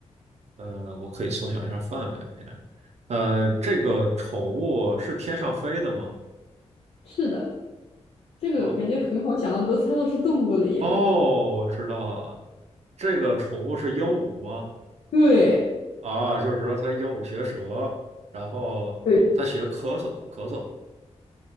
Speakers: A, on the right; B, on the left.
A: 呃，我可以缩小一下范围，我现在，呃，这个宠物是天上飞的吗？
B: 是的。这个感觉很好想，
A: 啊，
B: 你都猜到是动物了耶。
A: 哦，我知道了，这个宠物是鹦鹉吗？
B: 对
A: 啊，就是说它鹦鹉学舌，然后它学咳嗽，
B: 对
A: 咳嗽，